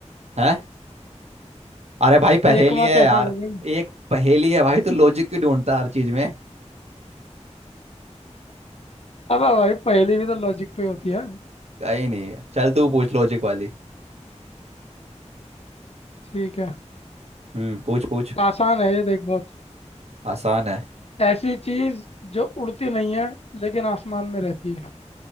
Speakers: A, on the right; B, on the left.
A: है अरे भाई पहेली
B: एक माह
A: है
B: कैसे
A: यार
B: हो गई
A: एक पहेली है भाई तू लॉजिक क्यों ढूंढता है हर चीज में
B: अब भाई पहेली भी तो लॉजिक पे होती है
A: कहीं नहीं है। चल तू पूछ लॉजिक वाली
B: ठीक है
A: हम्म पूछ पूछ
B: आसान है ये देख बहुत
A: आसान है
B: ऐसी चीज जो उड़ती नहीं है लेकिन आसमान में रहती है